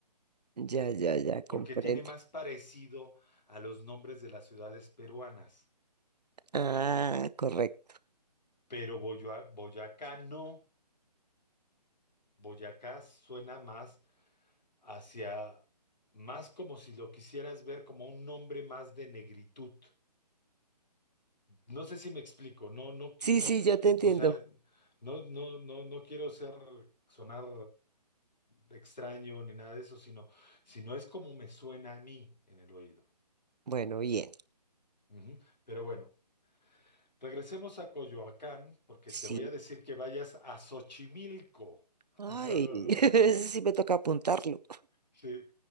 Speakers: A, on the right; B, on the left.
A: ya, ya, ya, comprendo.
B: porque tiene más parecido a los nombres de las ciudades peruanas.
A: Ah, correcto.
B: Pero Boyoa- Boyacá no. Boyacá suena más hacia, más como si lo quisieras ver como un nombre más de negritud. No sé si me explico, no, no, qui-
A: Sí,
B: no,
A: sí, ya te entiendo.
B: o sea, no, no, no, no quiero ser, sonar eh, extraño ni nada de eso, sino, sino es como me suena a mí en el oído.
A: Bueno, bien.
B: Ujú. Pero bueno. Regresemos a Coyoacán porque
A: Sí.
B: te voy a decir que vayas a Xochimilco. <laughs>
A: Ay, <laughs> ese sí me toca apuntarlo.
B: Sí.